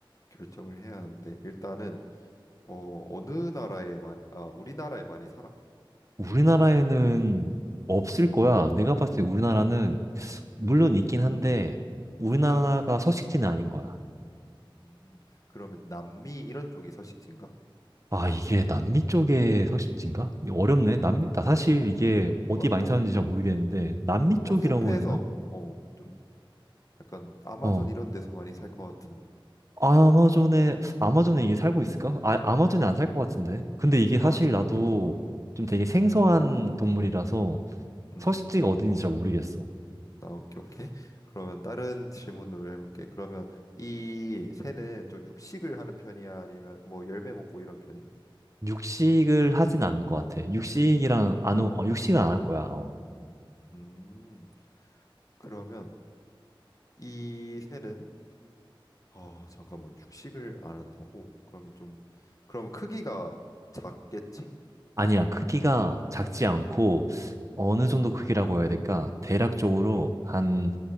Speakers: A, on the left; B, on the right.
A: 결정을 해야 하는데 일단은 어 어느 나라에 많이 아 우리나라에 많이 살아?
B: 우리나라에는 없을 거야. 내가 봤을 때 우리나라는, 물론 있긴 한데, 우리나라가 서식지는 아닌 거야.
A: 음 그러면 남미 이런 쪽이 서식지인가?
B: 아, 이게 남미 쪽의 서식지인가? 어렵네. 남미, 나 사실 이게
A: 뭔가
B: 어디 많이
A: 어
B: 사는지 잘 모르겠는데, 남미
A: 뭐
B: 쪽이라고
A: 숲에서
B: 해야 되나?
A: 어 좀 약간 아마존
B: 어,
A: 이런 데서 많이 살 것 같은
B: 아마존에 아마존에 이게 살고 있을까? 아, 아마존에 안 살 것 같은데. 근데 이게
A: 아
B: 사실
A: 정말?
B: 나도
A: 어
B: 좀 되게 생소한 동물이라서
A: 음.
B: 서식지가 어딘지 잘 모르겠어.
A: 아, 오케이, 오케이. 그러면 다른 질문으로 해볼게. 그러면 이 새는 좀 육식을 하는 편이야? 아니면 뭐 열매 먹고 이런 편이야?
B: 육식을 하진 않을 것 같아. 육식이랑 안, 어, 육식은 안 할 거야. 어.
A: 음, 그러면 이 새는 아, 잠깐만 육식을 안 한다고? 그러면 좀 그러면 크기가 작겠지?
B: 아니야. 크기가 작지 않고 어느 정도 크기라고 해야 될까? 대략적으로 한